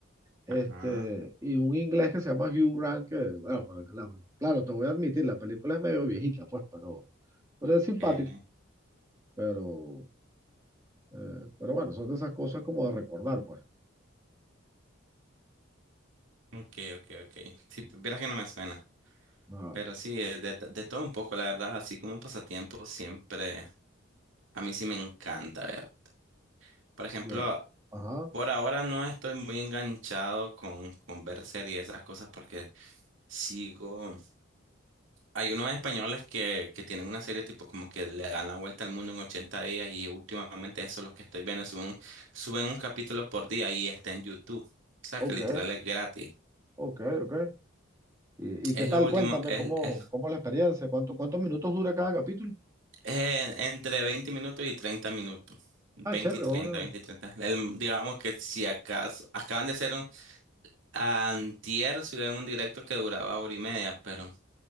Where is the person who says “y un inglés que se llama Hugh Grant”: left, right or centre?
Right